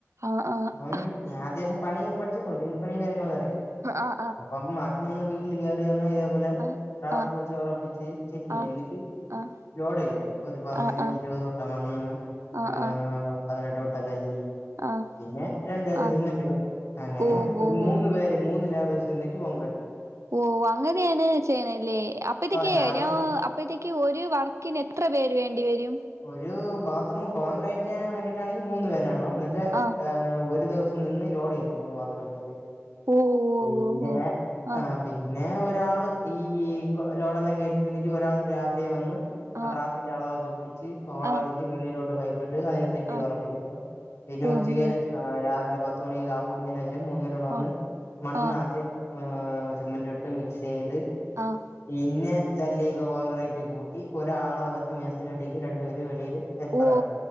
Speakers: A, on the right (about 75°); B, on the left (about 70°).
A: ആഹ് ആഹ്
B: അപ്പം ഞാൻ അത്യാവശ്യം പണിയൊക്കെ പഠിച്ചിട്ടുണ്ട് ഈ പണിയും കാര്യങ്ങളൊക്കെ അറിയാം
A: ആഹ്
B: അപ്പ ആദ്യം നമ്മള് വീട്ടിൽ കയറി ഉടനെ ഇതേപോലെ
A: ആഹ്
B: റാപ്പ്
A: ആഹ്
B: വെച്ച് ഉറപ്പിച്ച് ചെക്ക്
A: ആഹ്
B: യ്യാം എന്നിട്ട്
A: ആഹ്
B: ലോഡ് കയറ്റും ഒരു പതിന
A: ആഹ് ആഹ് ആഹ്
B: ഇരുപത് കൂട്ടം മണ്ണ്
A: ആഹ്
B: ആ
A: ആഹ്
B: പതിനെട്ട് കൂട്ടം കല്ല്
A: ആഹ്
B: പിന്നെ രണ്ട് ചാക്ക്
A: ആഹ്
B: സിമന്റ്‌ ഇടും അങ്ങനെ
A: ഓ
B: ഒരു
A: ഓ
B: മൂന്ന
A: ഓ
B: പേര് മൂന്ന് ലാബേ്സ്ിട്ട കോൺ്രക്റ്റ് <unintelligible>
A: ഓ അങ്ങനെയാണ് ചെയ്യണെ ല്ലെ അപ്പതേക്ക്
B: ഓ രാവിലെ
A: നോ അപ്പോഴത്തേക്ക് ഒരു വർക്കിന് എത്ര പേര് വേണ്ടിവരും
B: ഒരു ബാത്റൂം കോൺക്രൈറ്റ് ചെയ്യാൻ വേണ്ടിയിട്ടാണെങ്കിൽ മൂന്ന് പേര് വേണം എന്ന് വെച്ചാൽ
A: ആഹ്
B: ആ ഒരു ദിവസം നിന്ന് ലോഡ് കയറ്റും മൂന്ന് വാത്രംഉണ്ടങ്കില്
A: ഓ ഓ
B: പിന്നെ
A: ഓ ഓ
B: ആഹ് പിന്നെ ഒരാള് ഈ ഈ കോ ലോഡെല്ലാം കയറി തിന്നിട്ട് ഒരാൾ രാവിലെ വന്ന്
A: ആഹ്
B: ആ
A: ആഹ്
B: ട്രാപ്പിന്റെ അളവൊക്കെ പിടിക്കും ച് ഹോളടിച്ച്
A: ആഹ്
B: വെളിയിലോട്ട് പൈപ്പിട്ട് അതിന് ച്ച്
A: ആഹ്
B: െറ്റ് ചെയറ <unintelligible> പിന്നെ
A: ഓഹോ
B: ഉച്ചക്ക് രാവിലെ പത്തു മണിക്ക് കാപ്പടിച്ചതിന മൂന്നുപേരും ഇവിടെവന്ന്
A: ആഹ്
B: മണ്ണ്
A: ആഹ്
B: ആദ്യം സിമന്റ് ഇട്ട് മിക്സ് യ്ത്
A: ആഹ്
B: പിന്നെ ചല്ലിയൊക്കെ കോൺഗ്രറൈറ്റ് കൂട്ടി ഒരാള് അകത്ത് മേസ്തിരി ആയിട്ട് നിക്കും രണ്ടുപേരു വെളിയില് ഹെൽപ്പർ
A: ഓ
B: ആയി